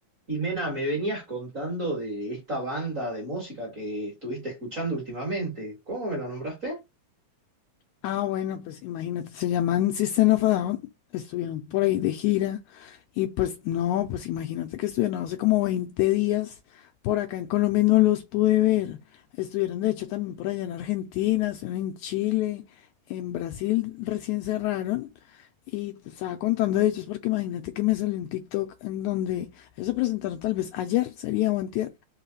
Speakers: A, on the right; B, on the left.
A: Y Mena, me venías contando de esta banda de música que estuviste escuchando últimamente. ¿Cómo me la nombraste?
B: Ah, bueno, pues imagínate, se llaman System of a Down, estuvieron por ahí de gira y pues no, pues imagínate que estuvieron hace como 20 días por acá en Colombia y no los pude ver. Estuvieron de hecho también por allá en Argentina, estuvieron en Chile, en Brasil recién cerraron y te estaba contando de ellos porque imagínate que me salió un TikTok en donde ellos se presentaron tal vez ayer, sería o antier,